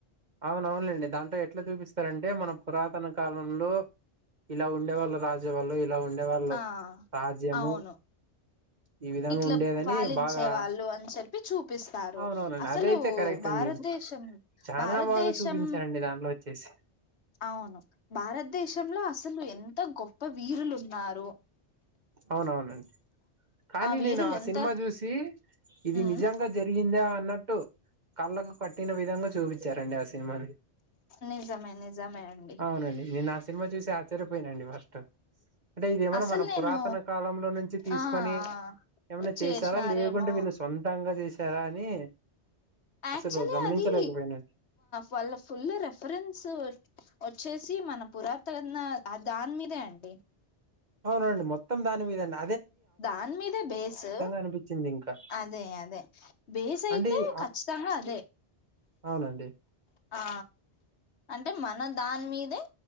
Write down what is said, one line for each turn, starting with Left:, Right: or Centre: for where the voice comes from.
Right: అవునవునండి దాంట్లో ఎట్లా చూపిస్తారంటే మన పురాతన కాలంలో ఇలా ఉండే వాళ్ళు రాజా వాళ్ళు ఇలా ఉండే వాళ్ళు
Left: ఆ
Right: రాజ్యము
Left: అవును
Right: ఈ విధంగా
Left: ఇట్లా
Right: ఉండేదని
Left: పాలించే
Right: బాగా
Left: వాళ్ళు అని చెప్ప చూప్పిస్తారు
Right: అవునవునండి
Left: అసలు
Right: అదైతే కరెక్ట్
Left: భారతదేశం
Right: అండి చానా
Left: భారతదేశం
Right: బాగా చూపించారండి దాంట్లో వచ్చేసి
Left: అవును భారతదేశంలో అసలు ఎంత గొప్ప వీరులున్నారు.
Right: అవునవునండి. కానీ
Left: వీరులు
Right: నేను ఆ
Left: ఎంత
Right: సినిమా చూసి ఇది
Left: ఉమ్
Right: నిజంగా జరిగిందా అన్నట్టు కళ్ళకు కట్టిన విధంగా చూపించారండి ఆ సినిమా
Left: నిజమే నిజమే అండి
Right: అవునండి నేను నా సినిమా చూసి ఆశ్చర్యపోయినాండి ఫస్ట్ అంటే ఇదిమైన్నా
Left: అసలు
Right: మన
Left: నేను
Right: పురాతన కాలంలో నుంచి తీసుకొని
Left: ఆ ఆ,
Right: ఏమైన్నా చేశారా
Left: చేసినారేమో
Right: లేకుంటే వీళ్ళు సొంతంగా చేశారా అని
Left: యాక్చువలీ
Right: అసలు గమనించలేకపోయినా
Left: అది వాళ్ళ ఫుల్ రెఫరెన్స్ వచ్చి వచ్చేసి మన పురాతన ఆ దాని మీదే అండి.
Right: అవునండి మొత్తం దాని మీదనే
Left: దాని మీదే బేస్
Right: అనిపించింది ఇంకా
Left: అదే అదే బేస్ అయితే
Right: అంటే ఆ
Left: కచ్చితంగా అదే
Right: అవునండి
Left: ఆ అంటే మన దాని మీదే